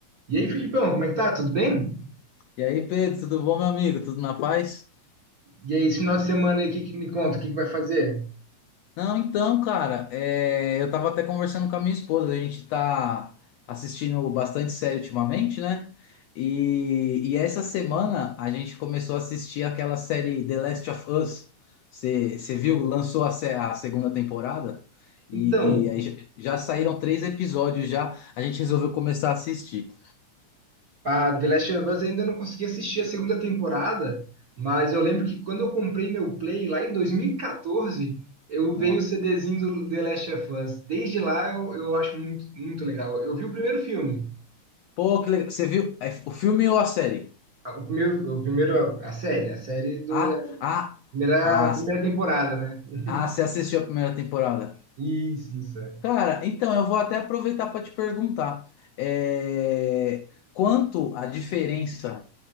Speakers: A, on the right; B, on the left.
A: E aí, Filipão, como é que tá? Tudo bem?
B: E aí, Pedro, tudo bom, meu amigo? Tudo na paz?
A: E aí, esse final de semana aí, o que, que me conta? O que, que vai fazer?
B: Não, então, cara, é, eu tava até conversando com a minha esposa, a gente tá assistindo bastante série ultimamente, né? E, e essa semana a gente começou a assistir aquela série The Last of Us. Você viu? Lançou a, se- a segunda temporada e,
A: Então,
B: e aí já já saíram três episódios já. A gente resolveu começar a assistir.
A: a The Last of Us ainda não consegui assistir a segunda temporada, mas eu lembro que quando eu comprei meu Play lá em 2014, eu
B: Nossa.
A: veio o CDzinho do The Last of Us. Desde lá eu, eu acho muito, muito legal. Eu vi o primeiro filme,
B: Pô, que legal. Você viu é, o filme ou a série?
A: a- o primeiro, o primeiro- a série, a série do,
B: Ah,
A: da
B: ah,
A: primeira,
B: ah.
A: primeira temporada, né? <laughs>
B: Ah, você assistiu a primeira temporada?
A: Isso, isso. é.
B: Cara, então eu vou até aproveitar para te perguntar, é, quanto a diferença